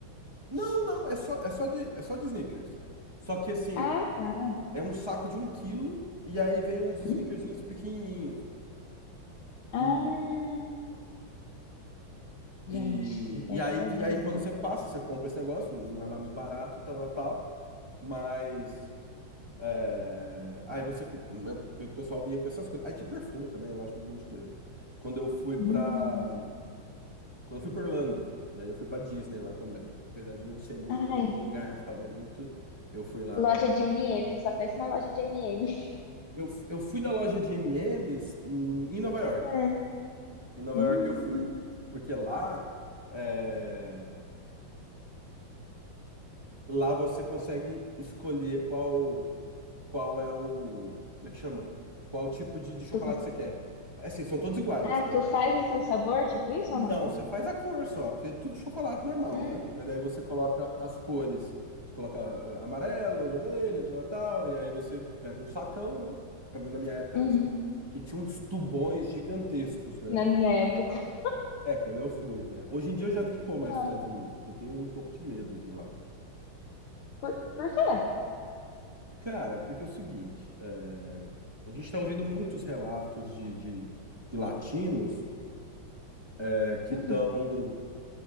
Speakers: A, on the right; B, on the left.
A: Não, não, é só, é só de, é só de sneakers. Só que assim,
B: Ah, tá.
A: é um saco de um quilo e aí vem uns sneakerzinhos
B: Hum.
A: pequenininhos. E,
B: Ah, gente,
A: E,
B: deve
A: e, aí,
B: ser
A: e
B: bonzinho.
A: aí, quando você passa, você compra esse negócio, não é lá muito barato, tal, tal, tal. Mas. é, aí você. com- né, o pe- pessoal vinha com essas coisas. Aí tinha perfume também, eu acho um monte de coisa. Quando eu fui pra.
B: Hum.
A: Quando eu fui pra Orlando, e aí eu fui pra Disney lá também. Apesar de não ser muito
B: Ai,
A: meu lugar favorito, eu fui lá.
B: loja
A: e-
B: de M&M, eu só penso na loja de M&M.
A: Eu, f- eu fui na loja de M&M's em em Nova York.
B: É.
A: Em Nova
B: Hum.
A: York eu fui. Porque lá. eh, Lá você consegue escolher qual qual é o, como é que chama? Qual tipo de, de chocolate
B: Tu cons-
A: você quer. Assim, são todos iguais,
B: Ah,
A: né?
B: tu faz o seu sabor, tipo isso
A: Não,
B: ou não?
A: você faz a cor só, porque é tudo chocolate normal,
B: Hum.
A: né? Mas daí você coloca as cores. Você coloca eh, amarelo, vermelho, tal, tal, e aí você pega um sacão, né? Pelo menos na minha época
B: Uhum.
A: era assim. E tinha uns tubões gigantescos, né?
B: Na minha época.
A: É, quando eu fui, né? Hoje em dia eu já nem vou mais
B: Ah,
A: para os Estados Unidos, porque eu tenho um pouco de medo de ir lá.
B: por, por quê?
A: Cara, porque é o seguinte, é, a gente está ouvindo muitos relatos de, de, de latinos é, que
B: Hum.
A: estão